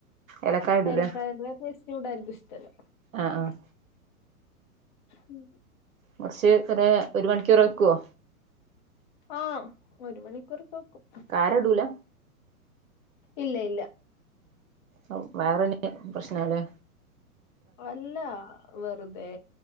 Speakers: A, on the right (about 65°); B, on the left (about 35°).
A: ഏലക്കായ ഇടൂലേ
B: ഏലക്കായടെ ടേസ്റ്റ് ഇവിടാര്ക്കും ഇഷ്ടല്ല
A: ആഹ് ആഹ്
B: ഉം
A: കൊറച്ച് കൊറേ ഒരു മണിക്കൂർ വക്കുഓ
B: ആ ഒരു മണിക്കൂർ വക്കും
A: കാരടൂല
B: ഇല്ല ഇല്ല
A: അ വേറെനി പ്രശ്നല്ലേ
B: അല്ലാ വെറുതെ